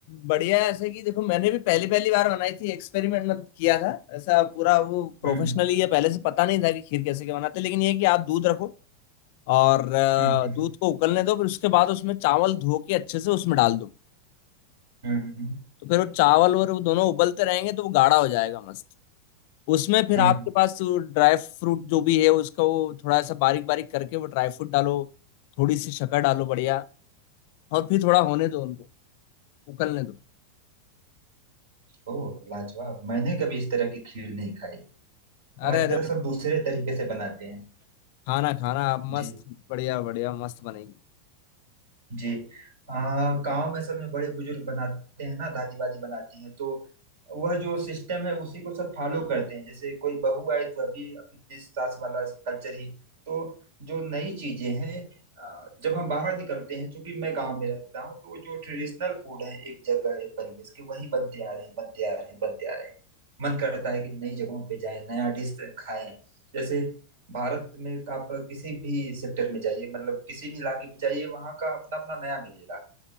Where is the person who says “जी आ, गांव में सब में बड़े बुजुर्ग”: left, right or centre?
Right